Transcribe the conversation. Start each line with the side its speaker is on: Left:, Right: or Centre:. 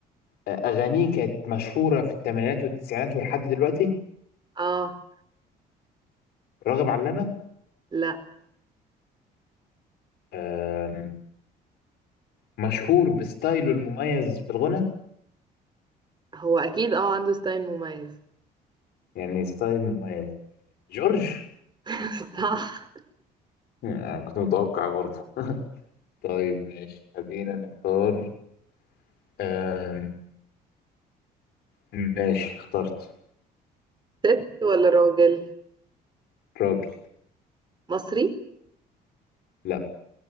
Left: آه أغانيه كانت مشهورة في الثمانينات والتسعينات ولحد دلوقتي
Right: اه
Left: راغب علامة
Right: لا
Left: آم، مشهور بستايله المميز في الغنى
Right: هو اكيد اه عنده ستايل مميز
Left: يعني ستايل مميز جورج
Right: <laughs> صح
Left: آه كنت متوقع برضه <laughs> طيب ماشي خلينا نختار آم، ماشي اخترت
Right: ست ولا راجل
Left: راجل
Right: مصري
Left: لا